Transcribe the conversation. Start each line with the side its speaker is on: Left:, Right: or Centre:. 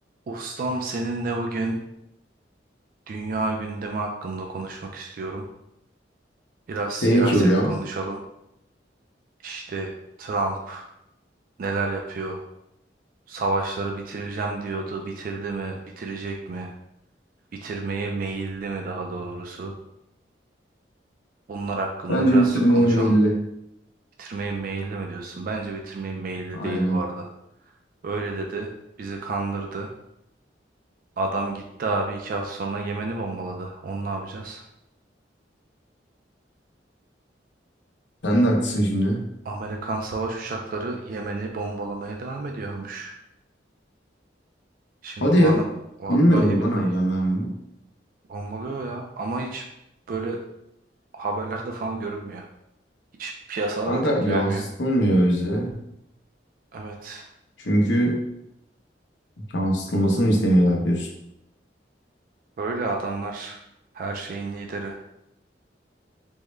Right: Ustam seninle bugün dünya gündemi hakkında konuşmak istiyorum. Biraz siyaset
Left: Peki hocam.
Right: konuşalım. İşte Trump neler yapıyor? Savaşları bitireceğim diyordu. Bitirdi mi? Bitirecek mi? Bitirmeye meyilli mi daha doğrusu? Bunlar hakkında
Left: Bence
Right: biraz
Left: bitirmeye
Right: konuşalım.
Left: meyilli.
Right: Bitirmeye meyilli mi diyorsun? Bence bitirmeye meyilli
Left: Aynen.
Right: değil bu arada. Öyle dedi. Bizi kandırdı. Adam gitti abi iki hafta sonra Yemen'i bombaladı. Onu ne yapacağız?
Left: Sen de haklısın şimdi.
Right: Amerikan savaş uçakları Yemen'i bombalamaya devam ediyormuş. Şimdi
Left: Hadi
Right: bu
Left: ya.
Right: adam vallahi
Left: Bilmiyordum
Right: billahi
Left: lan harbiden ben bunu.
Right: bombalıyor ya ama hiç böyle haberlerde falan görünmüyor. Hiç piyasalar
Left: Kanka
Right: da tepki
Left: yansıtılmıyor
Right: vermiyor.
Left: bize.
Right: Evet.
Left: Çünkü yansıtılmasını istemiyorlar diyorsun.
Right: Böyle adamlar her şeyin lideri.